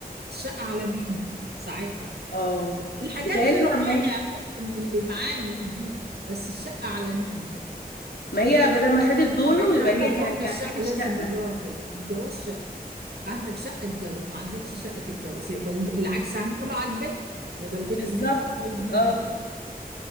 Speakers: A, on the right; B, on the left.
A: الشقه على مين ساعتها
B: اه
A: الحاجات
B: بيتهيألي
A: دي رفاهيه
B: بقى ما هي
A: ممكن اللي معاه يجيب بس الشقه على مين
B: ما هي بدل ما خدت دوره
A: طب احنا
B: يبقى
A: في
B: هي
A: مفهومنا
B: اللي
A: الشقه
B: هتجيب الشقة
A: لازم الراجل الجواز عندك شقة اتجوز ما عندكش شقة تتجوز يبقى ال- العكس هنقوله على البت يبقى البت
B: بالظبط
A: منها مطالب منها
B: اه
A: تجيب